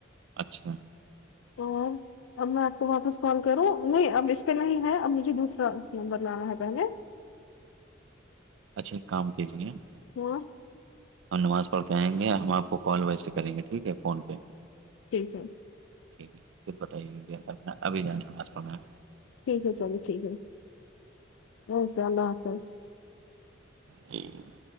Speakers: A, on the right; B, on the left.
A: اچھا
B: اور اب میں آپ کو وہاں سال کروں نہیں اب اس پہ نہیں ہے اب مجھے دوسرا نمبر لانا ہے پہلے
A: اچھا اک کام کیجیے
B: ہمم
A: ہم نماز پڑھ کے آئ گے ہم آپ کو کال ویسے کریں گے ٹھیک ہے فون پہ
B: ٹھ ہے
A: ٹھیک ہے پھر بتائیے گا کیا ابھی جانےا آس پ میں
B: ٹھیک ہے چلیے ٹھیک ہے اوکے اللہ حافظ
A: جی <inaudible>